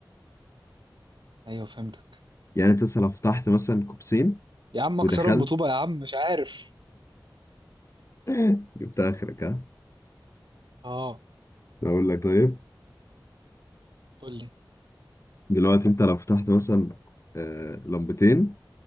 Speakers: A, on the right; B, on the left.
A: ايوه فهمتك
B: يعني انت لو فتحت مثلا كوبسين
A: يا عم
B: ودخلت
A: اكسرهم بطوبة يا عم مش عارف
B: <laughs> جبت اخرك ها
A: اه
B: بقول لك طيب
A: قول لي
B: دلوقتي انت لو فتحت مثلا آه، لمبتين